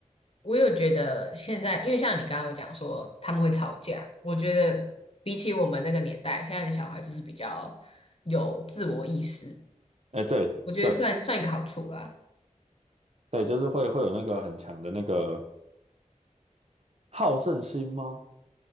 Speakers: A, on the left; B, on the right.
A: 我有觉得现在，因为像你刚刚有讲说他们会吵架，我觉得比起我们那个年代，现在的小孩就是比较有自我意识，
B: 哎，对对
A: 我觉得算算一个好处啦，
B: 对，就是会会有那个很强的那个好胜心吗？